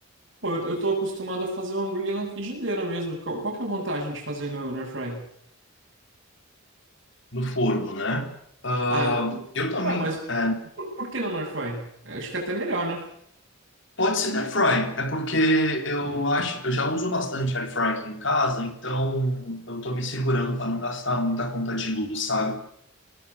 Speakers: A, on the right (about 55°); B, on the left (about 55°).
A: Pô, eu, eu tô acostumado a fazer um hambúrguer na frigideira mesmo. Qual, qual que é a vantagem de fazer no, no air fry?
B: No forno, né? Ah,
A: Ah, no... forno.
B: eu também.
A: Ué, mas
B: é,
A: por, por que não no air fry? Acho que é até melhor, né?
B: pode ser na air fry, é porque eu acho, eu já uso bastante air fry aqui em casa, então eu tô me segurando para não gastar muita conta de luz, sabe?